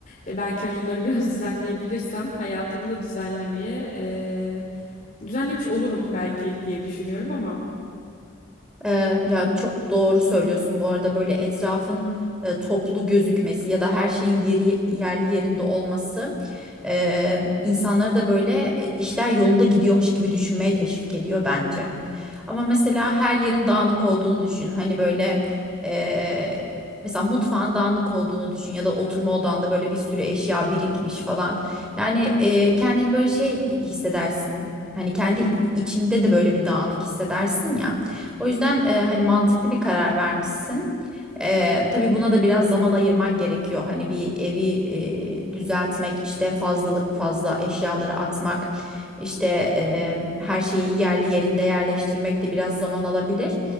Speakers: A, on the left (about 40°); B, in the centre.
A: E, belki hani onları biraz <laughs> düzenleyebilirsem hayatımı da düzenlemeye e, düzenlemiş olurum belki diye düşünüyorum ama.
B: Ee, ya çok doğru söylüyorsun bu arada böyle etrafın e, toplu gözükmesi ya da her şeyin yeri yerli yerinde olması e, insanları da böyle e, işler yolunda gidiyormuş gibi düşünmeye teşvik ediyor bence. Ama mesela her yerin dağınık olduğunu düşün. Hani böyle eee, mesela mutfağın dağınık olduğunu düşün ya da oturma odanda böyle bir sürü eşya birikmiş falan. Yani eee, kendini böyle şey hissedersin. Hani kendi içinde de böyle bir dağınık hissedersin ya. O yüzden eee, hani mantıklı bir karar vermişsin. Eee tabii buna da biraz zaman ayırman gerekiyor. Hani bir evi eee, düzeltmek, işte fazlalık fazla eşyaları atmak. İşte eee, her şeyi yerli yerinde yerleştirmek de biraz zaman alabilir.